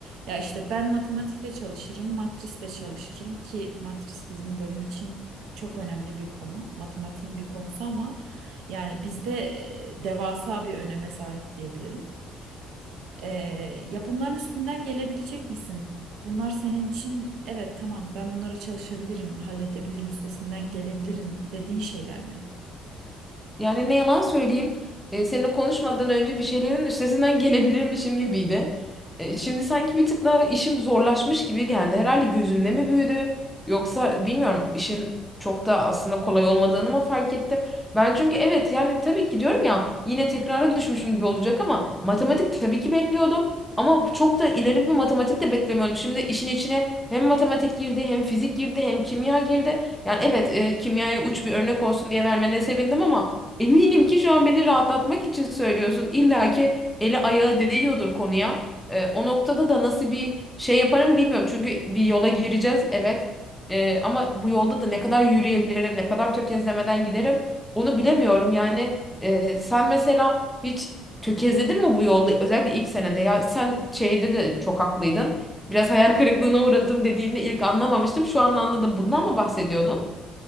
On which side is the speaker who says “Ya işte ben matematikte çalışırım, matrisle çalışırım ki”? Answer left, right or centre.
Right